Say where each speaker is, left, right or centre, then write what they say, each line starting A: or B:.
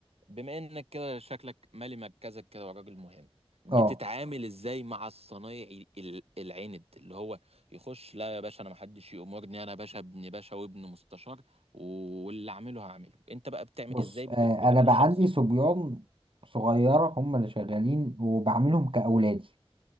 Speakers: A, on the right; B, on the right.
A: بما انك كده شكلك مالي مركزك كده وراجل مهم بتتعامل
B: اه
A: ازاي مع الصنايعي ال- العند اللي هو يخش لا يا باشا انا محدش يأمرني انا باشا ابن باشا وابن مستشار واللي اعمله هعمله انت بقى بتعمل
B: بص
A: ازاي بتفرض
B: اه انا
A: عليه
B: بقى
A: شخصيتك
B: عندي صبيان صغيرة هم اللي شغالين وبعملهم كأولادي